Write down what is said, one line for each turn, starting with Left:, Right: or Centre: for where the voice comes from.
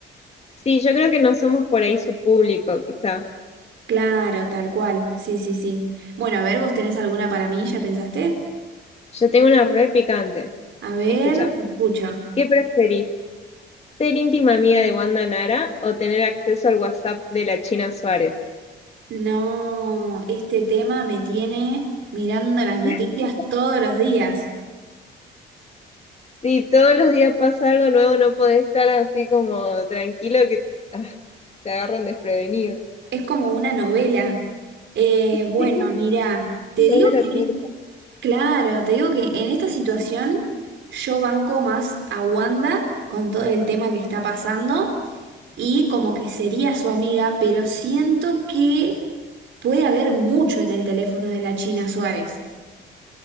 Left: Sí, yo creo que no somos por ahí su público, quizá.
Right: Claro, tal cual. Sí, sí, sí. Bueno, a ver, ¿vos tenés alguna para mí? ¿Ya pensaste?
Left: Yo tengo una re picante.
Right: A ver,
Left: Escucha,
Right: te escucho.
Left: ¿qué preferís? ¿Ser íntima amiga de Wanda Nara o tener acceso al WhatsApp de la China Suárez?
Right: No, este tema me tiene mirando las noticias
Left: <laughs>
Right: todos los días.
Left: Si todos los días pasa algo nuevo, no podés estar así como tranquilo que ah, te agarran desprevenido.
Right: Es como una novela. Eh,
Left: <laughs>
Right: bueno,
Left: <laughs>
Right: mira, te
Left: Lo
Right: digo
Left: de la
Right: que, en
Left: torta.
Right: es- claro, te digo que en esta situación yo banco más a Wanda con todo el tema que está pasando y como que sería su amiga, pero siento que puede haber mucho en el teléfono de la China Suárez.